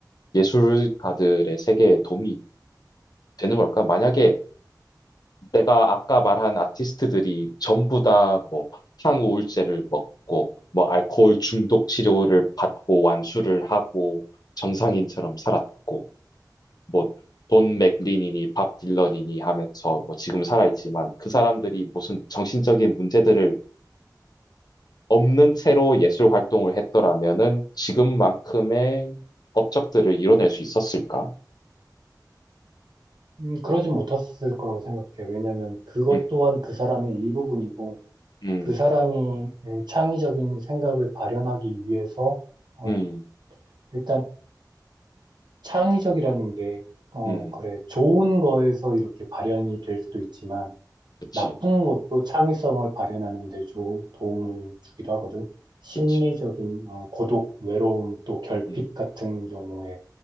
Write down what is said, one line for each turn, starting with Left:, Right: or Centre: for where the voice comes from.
Left: 예술가들의 세계에 도움이 되는 걸까? 만약에 내가 아까 말한 아티스트들이 전부 다 뭐 항우울제를 먹고 뭐 알코올 중독 치료를 받고 완수를 하고 정상인처럼 살았고 뭐 돈 맥린이니 밥 딜런이니 하면서 뭐 지금 살아있지만 그 사람들이 무슨 정신적인 문제들을 없는 채로 예술 활동을 했더라면은 지금만큼의 업적들을 이뤄낼 수 있었을까?
Right: 음, 그러진 못했을 거라고 생각해. 왜냐면 그것
Left: 음,
Right: 또한 그 사람의 일부분이고,
Left: 음,
Right: 그 사람이 음, 창의적인 생각을 발현하기 위해서, 어,
Left: 음,
Right: 일단 창의적이라는 게, 어,
Left: 음,
Right: 그래, 좋은 거에서 이렇게 발현이 될 수도 있지만,
Left: 그치,
Right: 나쁜 것도 창의성을 발현하는 데 조, 도움을 주기도 하거든. 심리적인,
Left: 그치.
Right: 어, 고독, 외로움, 또 결핍
Left: 음.
Right: 같은 경우에